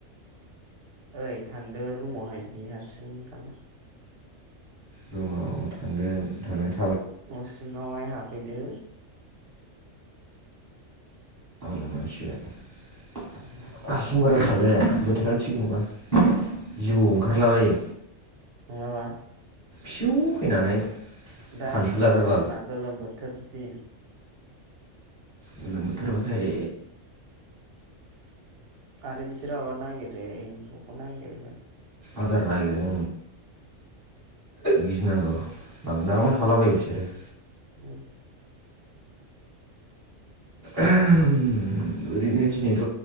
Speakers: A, on the right (about 55°); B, on the right (about 15°).
A: ओइ थांदो रुमावहाय बिदि हारसिंं था
B: रुमाव थांगोन थां
A: न सिङावहाय हाबफैदो
B: <unintelligible>
A: <unintelligible>
B: हारसिं बारा थाजाया बोथोरानो थिग नंङा जिबौआव ओंखारलाबायो
A: नंङाबा
B: सिउ फैनानै
A: दा
B: फानफैलाबायबा
A: माबाना गोलोम बोथोर दिन
B: गोलोम बोथोर बाथाय
A: आरो बिसोरो माबा नागिरो एमबु नागिरगोन
B: आदार नागिरो गिनांगौ लांदांआवनो थालाबायो बिसोरो <unintelligible>
A: ओम
B: ओरैनो दिनैथ